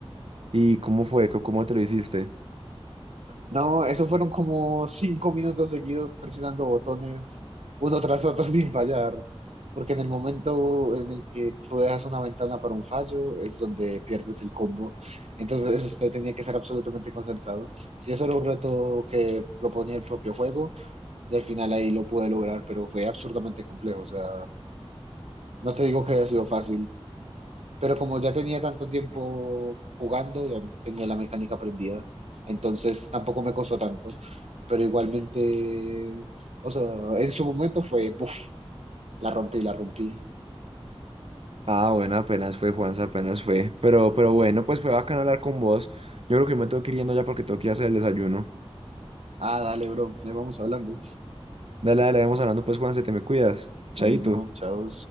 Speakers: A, on the right; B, on the right.
A: ¿Y cómo fue? ¿Cómo cómo te lo hiciste?
B: No, eso fueron como cinco minutos seguidos presionando botones uno tras otro <laughs> sin fallar, porque en el momento en el que tú dejas una ventana para un fallo es donde pierdes el combo. Entonces esto tenía que ser absolutamente concentrado. Y eso era un reto que proponía el propio juego y al final ahí lo pude lograr, pero fue absurdamente complejo. O sea, no te digo que haya sido fácil, pero como ya tenía tanto tiempo jugando, ya tenía la mecánica aprendida. Entonces tampoco me costó tanto. Pero igualmente, o sea, en su momento fue, buf, la rompí, la rompí.
A: Ah, bueno, apenas fue, Juanza, apenas fue. Pero, pero bueno, pues fue bacano hablar con vos. Yo creo que me tengo que ir yendo ya porque tengo que ir a hacer el desayuno.
B: Ah, dale, bro, ahí vamos hablando.
A: Dale, dale, vamos hablando pues, Juanza, te me cuidas. Chaito.
B: Lo mismo, chao.